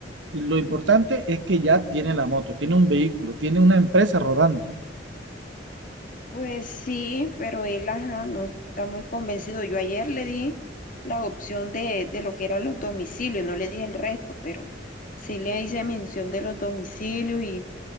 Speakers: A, on the right; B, on the left.
A: Y lo importante es que ya tiene la moto, tiene un vehículo, tiene una empresa rodante.
B: Pues sí, pero él, ajá, no está muy convencido. Yo ayer le di la opción de, de lo que eran los domicilios, no le dije el resto, pero sí le hice mención de los domicilios y